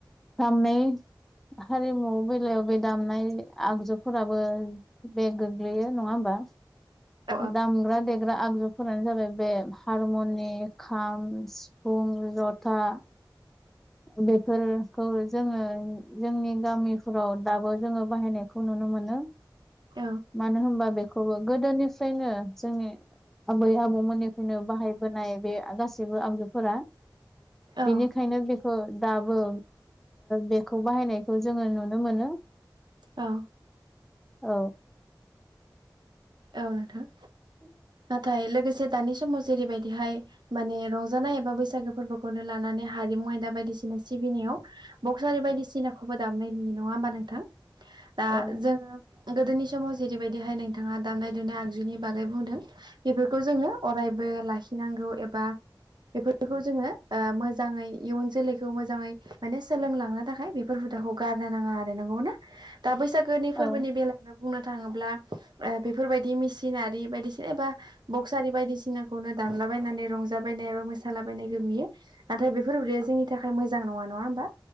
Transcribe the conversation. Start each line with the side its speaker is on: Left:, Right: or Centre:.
Centre: <unintelligible> हारिमु बेलायाव बे दामनाय आगजुफोराबो बे गोग्लैयो नङा होमबा?
Right: औ
Centre: <unintelligible> दामग्रा दे ग्रा आगजुफोरानो जाबाय बे हारमनि खाम सिफुं जथा बेफोरखौ जोङो जोंनि गामिफोराव दाबो जोङो बाहायनायखौ नुनो <unintelligible> मोनो
Right: औ
Centre: मानो होमबा बेखौबो गोदोनिफ्रायनो जोंनि आबै आबौमोननिफ्रायनो बाहायबोनाय बे गासैबो आगजुफोरा
Right: औ
Centre: बेनिखायनो बे खौ दाबो बेखौ बाहायनायखौ जोङो नुनो मोनो।
Right: औ।
Centre: औ।
Right: औ नोंथां।
Centre: <inaudible>
Right: नाथाय लोगोसे दानि समाव जेरैबायदिहाय माने रंजानाय एबा बैसागो फोरबोखौनो लानानै हारिमु मु आयदा बायदिसिना सिबिनायाव बक्सआरि बायदिसिनाखौबो दामनाय नुयो नङा होमबा नोंथां? दा
Centre: औ
Right: जोङो गोदोनि समाव जेरैबायदिहाय नोंथाङा दामनाय देनाय आगजुनि बागै बुंदों बेफोरखौ जोङो अरायबो लाखि फिननांगौ एबा बेफोरखौ जोङो ओ मोजाङै इयुन जोलैखौ मोजाङै माने सोलोंलांनो थाखाय बेफोर खौ गारनो नाङा आरो नंगौ ना दा बैसागोनि
Centre: औ
Right: फोरबोनि बेलायावनो बुंनो थाङोब्ला बेफोरबादि मेसिनारि बायदिसिना एबा बक्सआरि बायदिसिनाखौनो दाम लाबायनानै रंजाबायनाय एबा मोसालाबायनायखौ नुयो नाथाय बेफोर <unintelligible> जोंनि थाखाय मोजां नङा नङा होमबा?